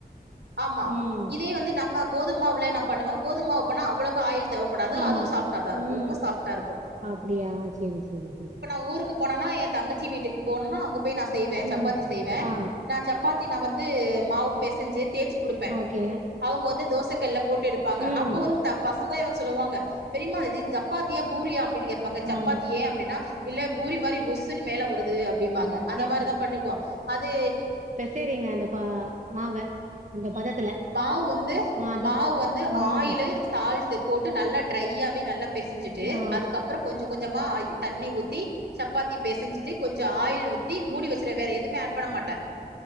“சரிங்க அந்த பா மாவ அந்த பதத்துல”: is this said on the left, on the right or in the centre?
Right